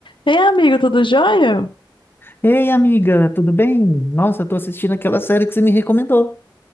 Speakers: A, on the left; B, on the left.
A: Ei, amigo, tudo jóia?
B: Ei, amiga, tudo bem? Nossa, eu tô assistindo aquela série que você me recomendou.